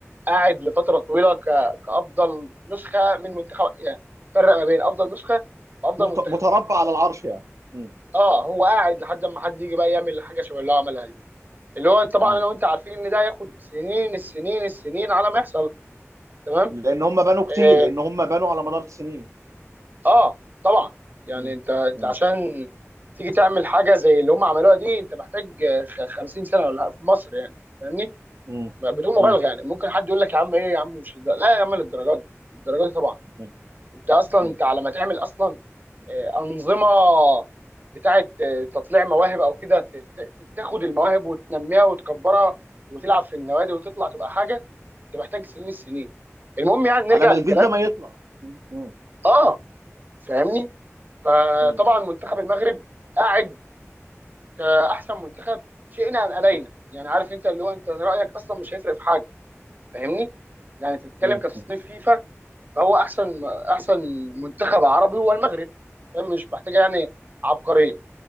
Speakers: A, on the right (about 35°); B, on the right (about 80°).
A: قاعد لفتره طويله ك- كافضل نسخه من منتخب يعني فرق ما بين افضل نسخه وافضل
B: مت-
A: منتخب
B: متربع على العرش يعني مم.
A: اه هو قاعد لحد ما حد يجي بقى يعمل حاجه شبه اللي هو عملها دي اللي هو طبعا
B: مم.
A: انا وانت عارفين ان ده هياخد سنين السنين السنين على ما يحصل تمام
B: لان هم بنوا كتير
A: اه,
B: لان هم بنوا على مدار السنين
A: آه طبعا يعني
B: مم.
A: انت انت
B: مم.
A: عشان تيجي تعمل حاجه زي اللي هم عملوها دي انت محتاج آه، خ- 50 سنه ولا في مصر يعني فاهمني
B: مم.
A: بدون مبالغه
B: مم.
A: يعني ممكن حد يقول لك يا عم ايه يا عم مش للدرجة. لا يا عم للدرجات دي الدرجات دي طبعا
B: مم.
A: انت اصلا
B: مم.
A: انت على ما تعمل اصلا آه، انظمه بتاعه آه، تطليع مواهب او كده ت- ت- تاخد المواهب وتنميها وتكبرها وتلعب في النوادي وتطلع تبقى حاجه انت محتاج سنين السنين المهم يعني نرجع
B: على ما
A: للكلام
B: الجلد ده ما يطلع مم. مم.
A: اه فاهمني فطبعا
B: مم.
A: منتخب المغرب قاعد كاحسن منتخب شئنا ام ابينا يعني عارف انت اللي هو انت رايك اصلا مش هيفرق في حاجه فاهمني يعني انت بتتكلم
B: مم.
A: كتصنيف فيفا فهو احسن احسن منتخب عربي هو المغرب فاهم؟ مش محتاجه يعني عبقريه